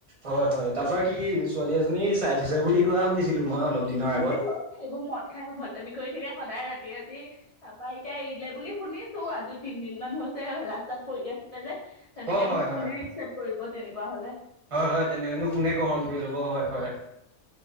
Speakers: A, on the right; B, on the left.
A: হয় হয় তাৰ পৰা কি ছোৱালী এজনী চাই থৈছে বুলি কোৱা শুনিছিলো মই অলপ দিনৰ
B: এই
A: আগত
B: ধৰক এইবোৰ মদ খাই অভদ্ৰামি কৰি থাকে সদায় ৰাতি ৰাতি তাৰপা এতিয়া এৰিলে বুলি শুনিছো চো আজি তিনদিন মান হৈছে ৰাস্তাত পৰি আছিলে যে তেনেকেনো
A: অ হয়
B: কোনে
A: হয়
B: একচেপ কৰিব তেনেকুৱা হলে
A: হয় হয় তেনেকেনো কোনে গ্ৰহণ কৰি ল'ব হয় হয়